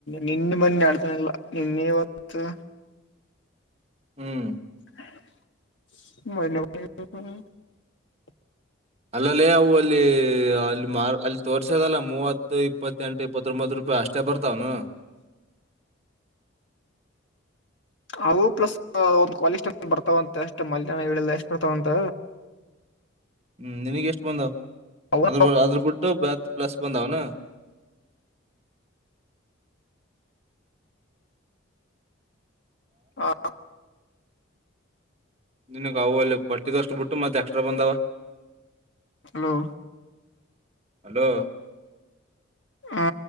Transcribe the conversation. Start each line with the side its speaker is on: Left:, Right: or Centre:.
Left: ನಿನ್ನ ಮನ್ನಿ ಆಡ್ತಾನಲ್ಲ ನಿನ್ನೆ ಇವತ್ತು
Right: ಹ್ಮ್
Left: ಮ
Right: ಅಲ್ಲಲ್ಲಿಅವು ಅಲ್ಲಿ ಅಲ್ಲಿ ಮಾರ್ ಅಲ್ಲಿ ತೋರ್ಸದಲ್ಲಾ ಮೂವತ್ತು ಇಪ್ಪತ್ತೆಂಟು ಇಪ್ಪತ್ತೊಂಬತ್ತು ರೂಪಾಯಿ ಅಷ್ಟೇ ಬರ್ತಾವನು
Left: ಅವು ಪ್ಲಸ್ ಒಂದು ಕಾಲೇಜ್ ಟಮ ಬರ್ತಾವಂತೆ ಅಷ್ಟ್ ಮಲ್ಯನ ಹೇಳಿಲ್ಲ ಎಷ್ಟ್ ಬರ್ತಾವಂತ
Right: ಹ್ಮ್ ನಿನಗ್ ಎಷ್ಟು ಬಂದ
Left: ಅವು
Right: ಅದ್ರ ಅದ್ರ ಬಿಟ್ಟು ಬತ್ ಪ್ಲಸ್ ಬಂದ ಹನ
Left: ಹ
Right: ನಿನಗ್ ಅವು ಅಲ್ಲಿ ಕೊಲ್ಟದ ಅಷ್ಟು ಬಿಟ್ಟು ಮತ್ತ ಎಕ್ಸ್ಬಂದಾವ
Left: ಹಲೋ
Right: ಹಲೋ
Left: ಹಾ